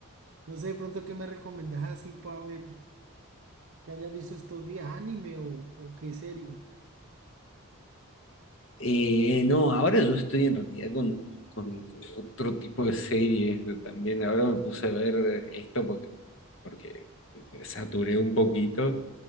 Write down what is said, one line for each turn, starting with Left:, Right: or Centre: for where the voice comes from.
Right: No sé de pronto qué me recomendás así para ver que hayas visto estos días, anime o, o qué serie.
Left: Eh, no, ahora yo estoy en realidad con, con otro tipo de series también. Ahora me puse a ver esto porque, porque saturé un poquito,